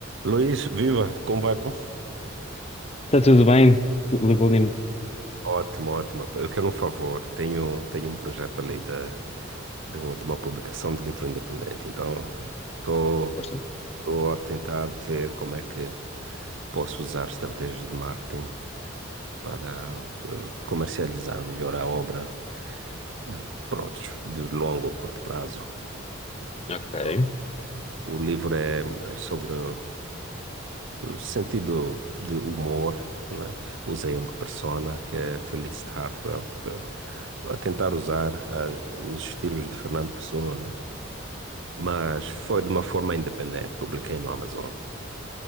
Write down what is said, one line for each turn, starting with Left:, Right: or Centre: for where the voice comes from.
Right: Luiz, viva, como vai? pô?
Left: Está tudo bem? Leopoldino?
Right: Ótimo, ótimo. Eu quero um favor. Tenho, tenho um projeto ali da, de, um- de uma publicação de livro independente. Então, estou
Left: Força?
Right: estou a tentar ver como é que posso usar estratégias de marketing para eh, comercializar melhor a obra, eh, prontos, de longo ou curto prazo.
Left: Ok,
Right: Então, O livro é mais sobre eh, o sentido de humor, né? Usei uma persona que é Feliz Hartwell, eh, a tentar usar as, os estilos de Fernando Pessoa, né? Mas foi de uma forma independente, publiquei no Amazon.